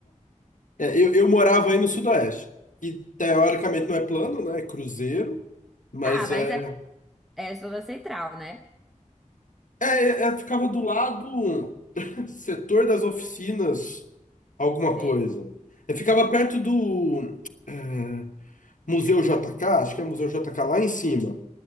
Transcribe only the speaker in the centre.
Ah, mas
é, é zona central, né?
Sei.